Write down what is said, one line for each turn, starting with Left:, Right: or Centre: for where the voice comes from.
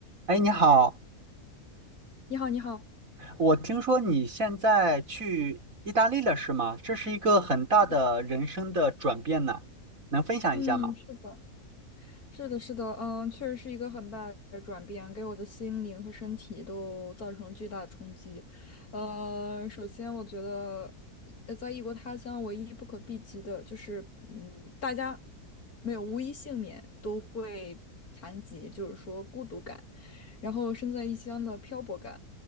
Right: 哎，你好，
Left: 你好，你好，
Right: 我听说你现在去意大利了，是吗？这是一个很大的人生的转变呢，
Left: 是的，
Right: 能分享一下吗？
Left: 嗯，是的，是的，是的，嗯，确实是一个很大的转变，给我的心灵和身体都造成了巨大的冲击。呃，首先我觉得，呃，在异国他乡，唯一不可避及的就是，嗯，大家没有无一幸免都会谈及，就是说孤独感，然后身在异乡的漂泊感，